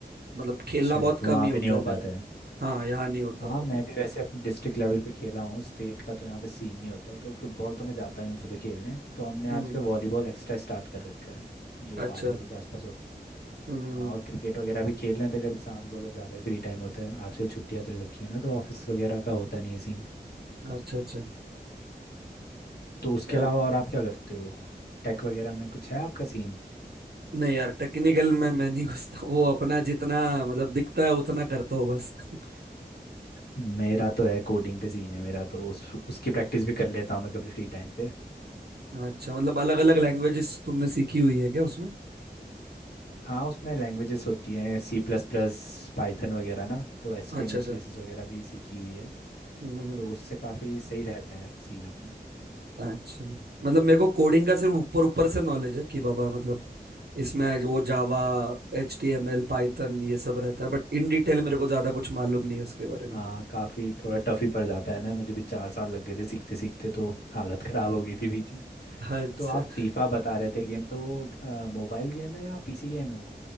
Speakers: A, on the right (about 70°); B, on the left (about 70°).
A: मतलब खेलना
B: अच्छा
A: बहुत
B: तो
A: कम
B: वहाँ
A: ही होता
B: पे नहीं हो
A: है मेरा
B: पाता है
A: हाँ यहाँ नहीं होता
B: हाँ
A: होता
B: मैं
A: है।
B: भी वैसे अपने डिस्ट्रिक्ट लेवल पे खेला हूँ स्टेट का तो यहाँ पे सीन नहीं होता है तो फुटबॉल तो मैं जाता ही हूँ सुबह खेलने तो हमने आजकल
A: हम्म
B: वॉलीबॉल एक्स्ट्रा स्टार्ट कर रखा है जो
A: अच्छा
B: आठ बजे के आसपास होता है
A: हम्म
B: हाँ और क्रिकेट वगैरह भी खेल लेते हैं कभी शाम को अगर ज़्यादा फ्री टाइम होता है आजकल छुट्टियाँ चल रखी है ना तो ऑफिस वगैरह का होता नहीं है सीन
A: अच्छा अच्छा
B: तो उसके
A: यार
B: अलावा और आप क्या करते हो टेक वगैरह में कुछ है आपका सीन
A: नहीं यार टेक्निकल में मैं नहीं घुसता वो अपना जितना मतलब दिखता है उतना करता हो बस <laughs>
B: मेरा तो है कोडिंग पे सीन है मेरा तो उस उसकी प्रैक्टिस भी कर लेता हूँ मैं कभी फ्री टाइम पे
A: अच्छा मतलब अलग अलग लैंग्वेजेस तुमने सीखी हुई है क्या उसमें
B: हाँ उसमें लैंग्वेजेस होती हैं सी प्लस प्लस पाइथन वगैरह ना तो H
A: अच्छा
B: T M L
A: अच्छा
B: C S S वगैरह भी सीखी हुई है
A: हम्म, हम्म, हम्म।
B: तो उससे काफ़ी सही रहता है सीन अपना
A: अच्छा मतलब मेरे को कोडिंग का सिर्फ ऊपर ऊपर से नॉलेज है कि बाबा मतलब इसमें वो Java H T M L Python ये सब रहता है बट इन डिटेल मेरे को ज्यादा कुछ मालूम नहीं है उसके बारे में
B: हाँ काफ़ी थोड़ा टफ ही पड़ जाता है ना मुझे भी चार साल लग गए थे सीखते सीखते तो हालत <laughs> ख़राब हो गई थी बीच में
A: अच्छा
B: तो आप फीफा बता रहे थे गेम तो मोबाइल गेम है या पीसी गेम है वो